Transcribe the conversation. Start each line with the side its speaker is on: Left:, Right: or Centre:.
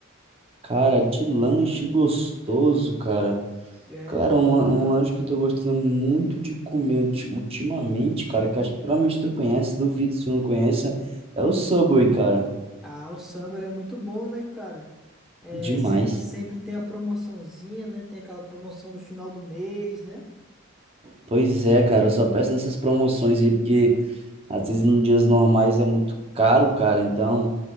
Right: Cara, de lanche gostoso, cara.
Centre: É.
Right: Cara, um, lan- um lanche que eu tô gostando muito de comer ulti- ultimamente, cara, que eu acho que provavelmente tu conhece, duvido se tu não conheça, é o Subway, cara.
Centre: Ah, o Samba é muito bom, né, cara? É,
Right: Demais.
Centre: se- sempre tem a promoçãozinha, né? Tem aquela promoção do final do mês, né?
Right: Pois é, cara, eu só peço nessas promoções aí, porque às vezes nos dias normais é muito caro, cara. Então,